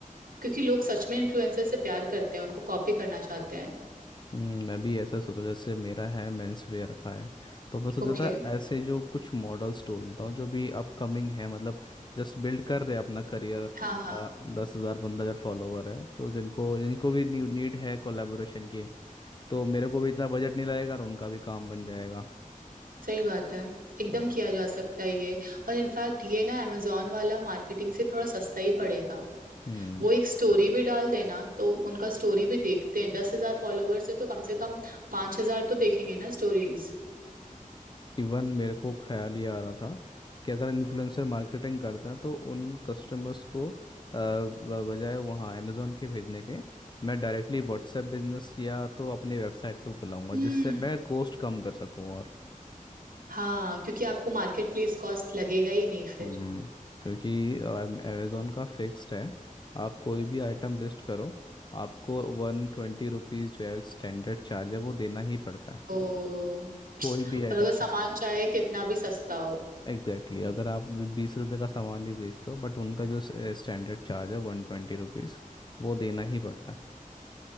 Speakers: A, on the right; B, on the left.
A: क्योंकि लोग सच में इन्फ्लुएंसर से प्यार करते हैं उनको कॉपी करना चाहते हैं
B: हम्म, मैं भी ऐसा सोचा जैसे मेरा है मेंस वेयर रखा है तो मैं सोचा
A: ओके
B: था ऐसे जो कुछ मॉडल्स ढूंढता हूँ जो भी अपकमिंग है मतलब जस्ट बिल्ड कर रहे हैं अपना करियर
A: हाँ हाँ
B: दस हज़ार पंद्रह हज़ार फॉलोवर है तो जिनको जिनको भी नीड है कोलेबोरेशन की तो मेरे को भी इतना बजट नहीं लगेगा और उनका भी काम बन जाएगा
A: सही बात है एकदम
B: है ना
A: किया जा सकता है ये और इनफैक्ट ये ना अमेजोन वाला मार्केटिंग से थोड़ा सस्ता ही पड़ेगा
B: हम्म
A: वो एक स्टोरी भी डाल देना तो उनका स्टोरी भी देखते हैं दस हजार फॉलोअर्स है तो कम से कम पांच हजार तो देखेंगे ना स्टोरीज
B: इवन मेरे को ख्याल ये आ रहा था कि अगर इन्फ्लुएंसर मार्केटिंग करते हैं तो उन कस्टमर्स को अ, ब- बजाय वहाँ अमेज़ोन के भेजने के मैं डायरेक्टली व्हाट्सएप बिजनेस या तो अपने वेबसाइट पे बुलाऊंगा
A: हम्म
B: जिससे मैं कॉस्ट कम कर सकूँ और
A: हाँ क्योंकि आपको मार्केट प्लेस कॉस्ट लगेगा ही नहीं फिर
B: हम्म क्योंकि अमेज़ोन का फिक्स्ड है आप कोई भी आइटम लिस्ट करो आपको वन ट्वेंटी रुपीज़ जो है स्टैंडर्ड चार्ज है वो देना ही पड़ता है
A: ओ
B: कोई भी आइटम
A: और अगर सामान चाहे कितना भी सस्ता हो
B: Exactly exactly. अगर आप बीस रुपए का सामान ही बेचते हो बट उनका जो स्टैंडर्ड चार्ज है वन ट्वेंटी रुपीज़ वो देना ही पड़ता है